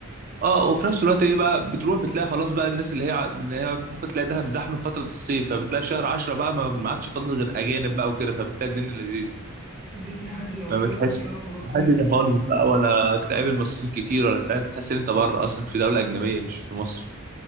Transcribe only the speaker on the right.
اه وفي نفس الوقت ايه بقى بتروح بتلاقي خلاص بقى الناس اللي هي ع- اللي هي ممكن تلاقي دهب زحمه في فتره الصيف فبتلاقي في شهر 10 بقى ما ما عادش فاضل غير اجانب بقى وكده فبتلاقي الدنيا لذيذه
ما بتحس
حد خالص بقى ولا تلاقي بالمصريين كتير ولا بتاع، بتحس ان انت بره اصلا في دوله اجنبيه مش في مصر